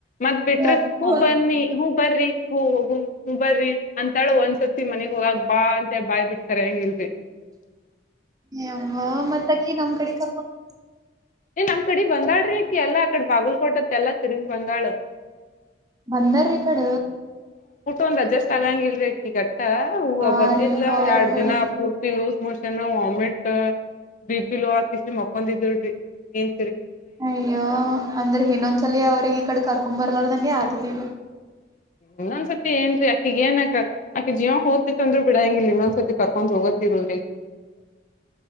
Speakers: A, on the left; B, on the right.
A: ಮತ್ ಬಿಟ್ರ
B: ಯಪ್ಪಾ
A: ಹೂ ಬನ್ನಿ ಹೂ ಬರ್ರಿ ಹ ಹೋಗೋಣ ಬರ್ರಿ ಅಂತಾಳು ಒಂದ್ಸತ್ ಮನೆಗ್ ಹೋಗಾಗ ಬಾ ಅಂತ ಬಾಯ್ ಬಿಡ್ತಾರೆ ಹೆಂಗಿಲ್ಲ. <inaudible>
B: ಹ ಮ್ಮ ಮತ್ತಕಿ ನಮ್ ಕಡೆ ಕರ್ಕೊಂಡು
A: ಏ ನಮ್ ಕಡೆ ಬಂದಾಳ್ರಿಕಿ ಎಲ್ಲ ಆ ಕಡೆ ಬಾಗಲ್ಕೋಟತ್ತ ಎಲ್ಲಾ ತಿರುಗಿ ಬಂದಾಳ
B: ಬಂದಾರ ಇ ಕಡ
A: ಒಂದು ಅಡ್ಜೆಸ್ಟ್ ಆಗಂಗಿಲ್ರಿ. ಈಗಟ್ಟ ಹೂ
B: ಹಾ
A: ಬಂದಿದ್ಲ
B: ರೀಪಾ ಅವ್ರ
A: ಎರಡ್
B: ಕಡೆ
A: ದಿನ ಪೂರ್ತಿ ಲೂಸ್ ಮೊಶೇನ್. ಚನ ವಾಮಿಟ್ ಬಿಪಿ ಲೋ ಹಾಕ್ಯಾಸಿ ಮಕ್ಕೊಂಡಿದ್ಲು ರೀ. ಎನ್.
B: ಅಯ್ಯೋ ಅಂದ್ರೆ ಇನ್ನೊಂದ್ಸಲ ಅವ್ರಗ್ ಈ ಕಡೆ ಕರ್ಕೊಂಡ್ ಬರ್ಲಾರದಂಗೆ ಆತ ಇದೀಗ.
A: ಇನ್ನೊಂದ್ಸರ್ತಿ ಏನ್ರೀ ಅಕಿಗ್ ಏನ್ಯಾಕ ಆಕಿ ಜೀವ ಹೋಗ್ತಿತ್ ಅಂದ್ರರು ಬಿಡಹಂಗಿಲ್ಲಿ ಇನ್ನೊಂದ್ಸರ್ತಿ ಕರ್ಕೊಂಡು ಹೋಗತಿರೋದ್ರಿ